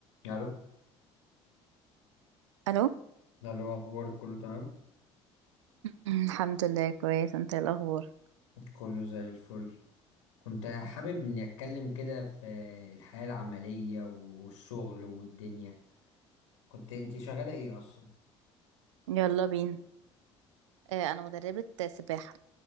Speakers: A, on the left (about 85°); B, on the right (about 85°).
A: الو
B: الو
A: ده اللي هو اخبارك كله تمام
B: مم، الحمد لله كويس انت ايه الاخبار
A: كله زي الفل كنت حابب اني اتكلم كده في الحياة العملية والشغل والدنيا كنت انت شغالة ايه اصلا
B: يلا بينا آه انا مدربة سباحة